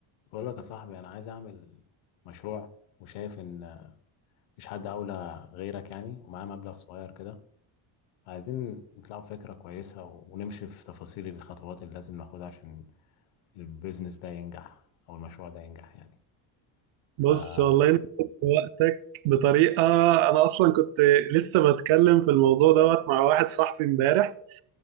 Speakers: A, on the left; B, on the right.
A: بقول لك يا صاحبي انا عايز اعمل مشروع وشايف ان مش حد اولى غيرك يعني ومعاه مبلغ صغير كده عايزين نطلعوا فكرة كويسة و- ونمشي في تفاصيل الخطوات اللي لازم ناخدها عشان البيزنس ده ينجح او المشروع ده ينجح يعني ف
B: بص
A: اه
B: والله انت خدت وقتك بطريقه انا اصلا كنت لسه بتكلم في الموضوع دوت مع واحد صاحبي امبارح